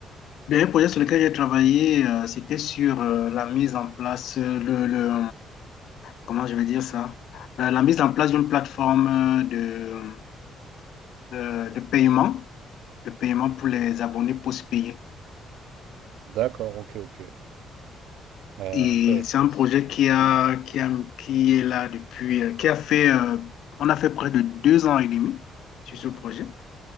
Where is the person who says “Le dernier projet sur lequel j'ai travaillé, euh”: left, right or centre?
Left